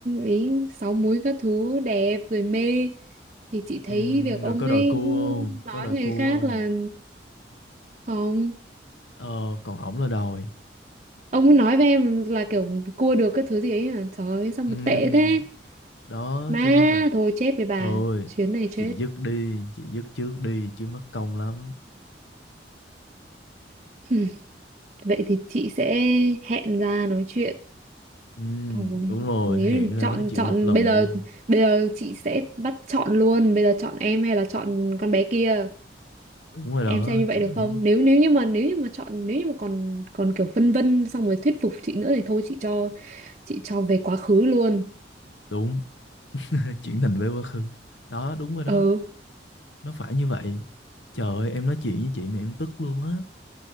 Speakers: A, on the right (about 40°); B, on the left (about 85°).
A: ý sáu múi các thứ đẹp rồi mê thì chị thấy
B: Ừm,
A: việc ông
B: rồi có
A: ấy
B: đòi cua không?
A: nói
B: Có đòi
A: người
B: cua
A: khác là
B: không?
A: không
B: Ờ còn ổng là đòi.
A: ông ấy nói với em là kiểu cua được cái thứ gì ấy à trời ơi sao
B: Ừm,
A: mà tệ thế
B: đó
A: má
B: cho nên là
A: thôi chết với bà
B: thôi
A: chuyến này chết
B: chị dứt đi, chị dứt trước đi chứ mất công lắm.
A: <laughs> vậy thì chị sẽ hẹn ra nói chuyện
B: Ừm,
A: thôi
B: đúng rồi,
A: nếu
B: hẹn
A: như
B: ra
A: chọn
B: nói chuyện
A: chọn
B: một lần
A: bây giờ
B: đi.
A: bây giờ chị sẽ bắt chọn luôn bây giờ chọn em hay là chọn con bé kia
B: Đúng rồi đó,
A: em xem như vậy
B: chuẩn.
A: được không nếu nếu như mà nếu như mà chọn nếu như mà còn còn kiểu phân vân xong rồi thuyết phục chị nữa thì thôi chị cho chị cho về quá khứ luôn
B: Đúng <laughs> chuyển tình về quá khứ đó đúng rồi đó
A: ừ
B: nó phải như vậy trời ơi em nói chuyện với chị mà em tức luôn á